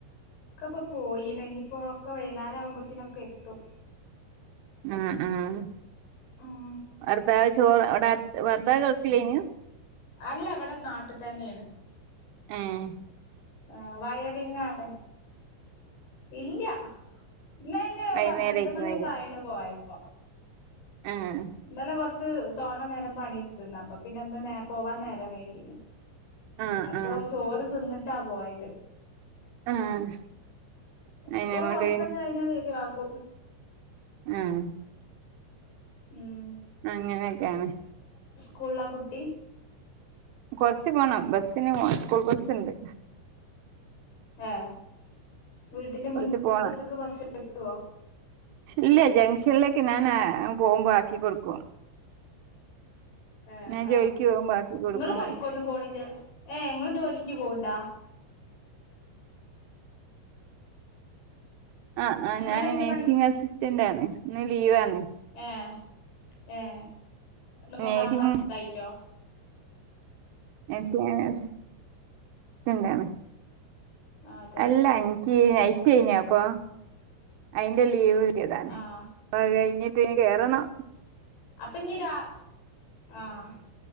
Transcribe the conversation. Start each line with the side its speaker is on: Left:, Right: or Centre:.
Left: ഇക്കപ്പൊ പോയിണെങ്കിപ്പോ ക്കെ വൈകുന്നേരം ആകുമ്പത്തിനൊക്കെ എത്തും
Right: ഉം ഉം
Left: ഉം
Right: ഭർത്താവ് ചോറ് അവിടെ അടുത്ത് ഭർത്താവ് ഗൾഫിലെനു
Left: അല്ല അവിടെ നാട്ടിൽ തന്നെയാണ്
Right: ഏയ്
Left: അഹ് വയറിങ്ങാണ് ഇല്ല ഇന്ന ഇന്
Right: വൈകുന്നേരായിരിക്കും
Left: പന്ത്രണ്ട് മണിയൊക്കെ
Right: വര
Left: ആയിണ് പോയപ്പോ
Right: ആഹ്
Left: ഇന്നലെ കൊറച്ച് തോന്ന നേരം പണി ഇടുത്തുന്ന അപ്പൊ പിന്നെ ഒന്ന് നേ പോവാൻ നേരം വൈകീന്
Right: ആഹ്
Left: അപ്പൊ
Right: ആഹ്
Left: ചോറ് തിന്നിട്ടാ പോയത്
Right: ആഹ്
Left: ഇനിയിപ്പോ
Right: അയിനെകൊണ്ട്
Left: കുറച്ചൊക്കെ കഴിഞ്ഞാൽ വരുയാപും
Right: ഉം
Left: ഉം
Right: അങ്ങനെയൊക്കെയാണ്
Left: കൂളിലാ കുട്ടി
Right: കൊറച്ച് പോണം ബസ്സിന് പോണം സ്കൂൾ ബസുണ്ട്
Left: ഏ വീട്ടിന്റ
Right: കൊറച്ച്
Left: മുൻ മുറ്റത്തക്ക്
Right: പോണം
Left: ബസ് എ എത്തോ
Right: ഇല്ല ജംഗ്ഷനിലേക്ക് ഞാൻ പോകുമ്പോ ആക്കി കൊടുക്കും
Left: ഏ
Right: ഞാൻ
Left: ആനിങ്ങള്
Right: ജോലിക്ക് പോകുമ്പോ ആക്കി കൊടുക്കും
Left: പണിക്കൊന്നും പോണില്ല ഏഞങ്ങള്ൾ ജോലിക്ക് പോണ്ടാ
Right: ആ ആ്
Left: ഇങ്ങളെന്ത്
Right: ഞാന് നേഴ്സിംഗ അസിസ്റ്റന്റ്ണ് ഇന്ന് ലീവണ്
Left: ആഏ ഏ മഹറ
Right: നേഴ്സിംഗ്
Left: പത്തായിട്ടോ
Right: നഴ്സിംഗ് അസിസ്റ്റന്റ് ആണ്
Left: അതെ
Right: അല്ല എനിക്ക് നൈറ്റ്ന അപ്പൊ അയിന്റെ ലീവ് കേറിയതാണ്
Left: ആഹ്
Right: അപ്അത് കൈ ഞ്ഞിട്ട് ഇനി കേറണോ
Left: അപ്പൊ ഇ രാ ആഹ